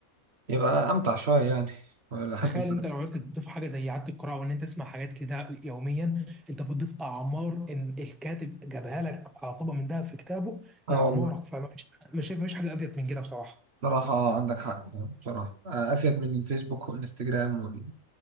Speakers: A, on the right (about 50°); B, in the centre.
A: يبقى أمتع شوية يعني لحد
B: تخيل
A: ما
B: انت لو عرفت تضيف حاجه زي اعاده القراءه وان انت تسمع حاجات كده يوميا انت بتضيف اعمار ان الكاتب جابها لك على طبق من ده في كتابه لاعمارك
A: اه والله
B: فمش مش شايف مفيش حاجه افيد من كده بصراحه
A: بصراحة آه، عندك حق يعني، بصراحة آه، أفيد من الفيسبوك والإنستجرام وال